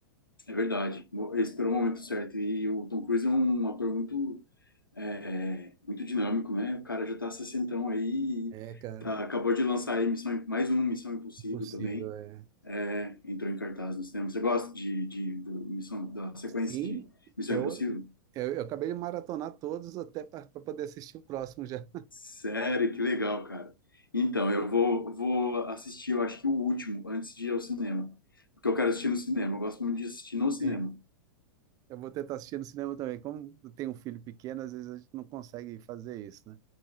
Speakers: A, on the left; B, on the right.
A: É verdade. Mo- Esperou o momento certo. E o Tom Cruise é um ator muito, é, muito dinâmico, né? O cara já tá sessentão aí,
B: É, cara,
A: tá, acabou de lançar aí Missão, mais um Missão Impossível
B: impossível,
A: também.
B: é.
A: É, entrou em cartaz no cinema. Você gosta de, de, do Missão, da sequência
B: Sim,
A: de Missão
B: eu,
A: Impossível?
B: eu, eu acabei de maratonar todos até para poder assistir o próximo já.
A: Sério, que legal, cara. Então, eu vou, vou assistir, eu acho que o último, antes de ir ao cinema. Porque eu quero assistir no cinema. Eu gosto muito de assistir no cinema.
B: Sim. Eu vou tentar assistir no cinema também. Como eu tenho um filho pequeno, às vezes a gente não consegue fazer isso, né?